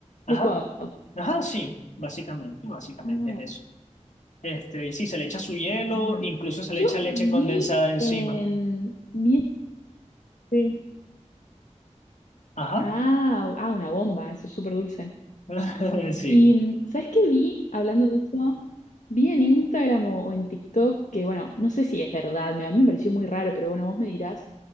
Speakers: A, on the left; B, on the left.
A: Ajá,
B: licuado.
A: ajá, sí, básicamente, básicamente
B: Ah,
A: es eso. Este, y sí, se le echa su hielo,
B: ya.
A: incluso se le
B: Yo
A: echa leche condensada
B: vi
A: encima.
B: en... vi en-
A: Ajá,
B: Ah, ah, una bomba, eso es súper dulce.
A: <laughs> sí,
B: Y, mm, ¿sabes qué vi hablando de eso? Vi en Instagram o, o en TikTok, que bueno, no sé si es verdad, me- a mí me pareció muy raro, pero bueno, vos me dirás,